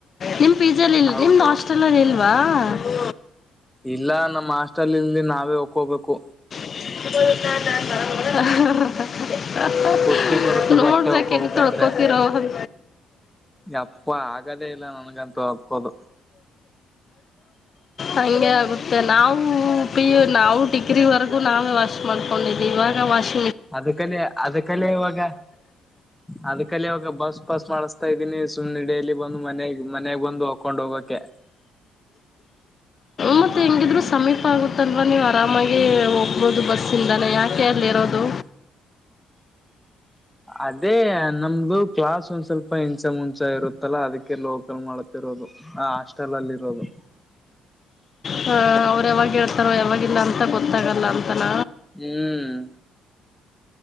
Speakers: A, on the left (about 45°); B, in the centre.
A: ನಿಮ್ ಪಿ ಜೆಲಿ ಇ
B: ಹೌದು
A: ನಿಮ್ದು ಹಾಸ್ಟೆಲ್ ಅಲ್ಲಿ ಇಲ್ ವಾ ಹ್ಮ್ಮ್.
B: ಇಲ್ಲ ನಮ್ಮ ಹಾಸ್ಟಲ್ ಇಲ್ಲಿ ನಾವೇ ಹಕ್ಕೋಗ್ಬೇಕು.
A: <unintelligible>
B: ಕುತ್ತಿಗ್ ಬರುತ್ತೆ
A: <inaudible> ನೋಡ್ಬೇಕೆಂಗ್
B: ಬಟ್ಟೆ ಹೋಗ್ಕೋಬೇಕಂದ್ರೆ
A: ತೊಳ್ಕೊತಿರೊ. <inaudible> <inaudible>
B: ಯಪ್ಪ ಆಗದೇ ಇಲ್ಲ ನನ್ಗಂತೂ ಹಾಕೋದು
A: ಹಂಗೆ ಆಗುತ್ತೆ ನಾವು. ಪಿ ಯು ನಾವು. ಡಿಗ್ರಿ ವರೆಗೂ ನಾವೇ ವಾಶ್ ಮಾಡ್ಕೊಂಡಿದ್ದೀವಿ ಇವಾಗ ವಾಶ್
B: ಅದ್ಕಲೆ ಅದ್ಕಲೆ ಇವಾಗ ಅದ್ ಕಲೆ ಇವಾಗ ಬಸ್ ಪಾಸ್ ಮಾಡಸ್ತಾ ಇದ್ದೀನಿ ಸುಮ್ನೆ ಡೈಲಿ ಬಂದು ಮನೆಗ್ ಮನಾಗ ಬಂದು ಹಕೊಂಡ್ ಹೋಗಕೆ.
A: ಮತ್ತ್ ಹೆಂಗಿದ್ರು ಸಮೀಪ ಆಗುತ್ತಲ್ವಾ ನೀವ್. ಆರಾಮಾಗಿ ಹೋಗ್ಬೋದು ಬಸ್ಸಿಂದಾನೆ ಯಾಕೆ ಕೆ ಅಲ್ಲಿರೋದು
B: ಹ್ಮ್ ಅದೇ ನಮ್ದು ಕ್ಲಾಸ್ ಒಂದ್ ಸ್ವಲ್ಪ ಇಂಚೆ ಮುಂಚೆ ಇರುತ್ತಲ್ಲ ಅದಕ್ಕೆ ಲೋಕಲ್ ಮಾಡ್ತಿರೋದು ಆ ಹಾಸ್ಟೆಲಲ್ಲಿರೋದು.
A: ಹ ಅವ್ರ್ ಯಾವಾಗ ಹೇಳ್ತಾರೋ ಯಾವಾಗಿಲ್ಲ ಅಂತ ಗೊತ್ತಾಗಲ್ಲ ಅಂತಾನ.
B: ಹ್ಮ್